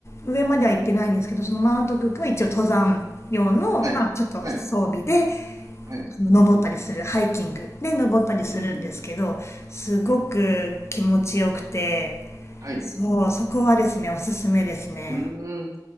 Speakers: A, on the left (about 40°); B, on the right (about 50°).
A: う、上までは行ってないんですけど、そのマウントクックは一応登山用の、
B: はい、
A: まあちょっと装備で、
B: はい、はい。
A: 登ったりするハイキングで登ったりするんですけどすごく気持ちよくて
B: うん、はい。
A: そうそこはですねおすすめですね
B: うーん。